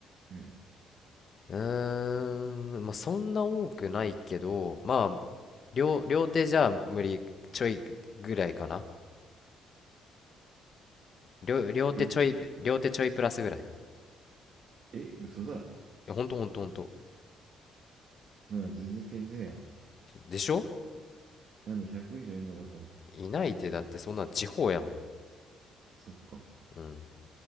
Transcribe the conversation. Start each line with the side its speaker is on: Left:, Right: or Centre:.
Right: はい。
Left: うーん、まあそんな多くないけど、まあ両、両手じゃ無理ちょいぐらいかな両、両手ちょい、
Right: よ
Left: 両手ちょいプラスぐらい。い
Right: え、嘘だ。
Left: や、ほんとほんとほんと。
Right: なんか全然健全やん。
Left: でしょ
Right: なんだ、100以上いんのかと思った。
Left: いないってだってそんなん地方やもん。
Right: そっか。
Left: うん。